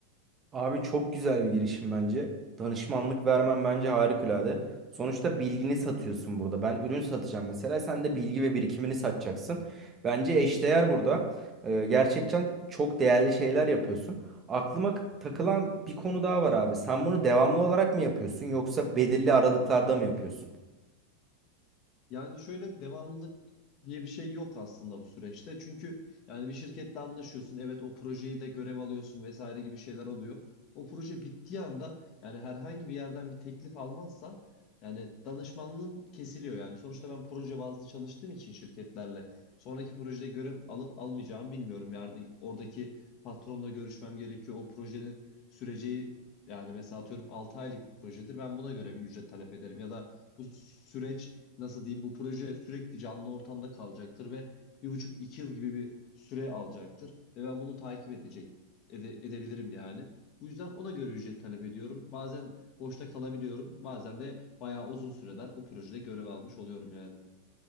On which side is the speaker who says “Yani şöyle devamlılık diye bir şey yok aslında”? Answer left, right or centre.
Left